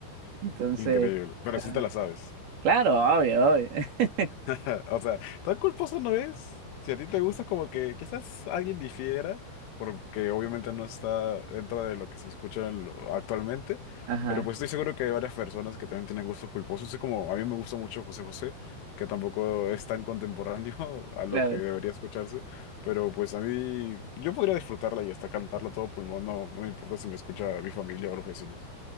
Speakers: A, on the right; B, on the left.
A: Entonces,
B: Increíble, pero
A: ah,
B: sí te la sabes.
A: claro, obvio, obvio. <laughs>
B: <laughs> O sea, tan culposo no es. Si a ti te gusta, como que quizás alguien difiera, porque obviamente no está dentro de lo que se escucha en lo- actualmente,
A: Ajá,
B: pero pues estoy seguro que hay varias personas que también tienen gustos culposos. Es como a mí me gusta mucho José José, que tampoco es tan contemporáneo <laughs> a lo
A: claro.
B: que debería escucharse, pero pues a mí yo podría disfrutarla y hasta cantarla a todo pulmón, no, no me importa si me escucha mi familia o los vecinos.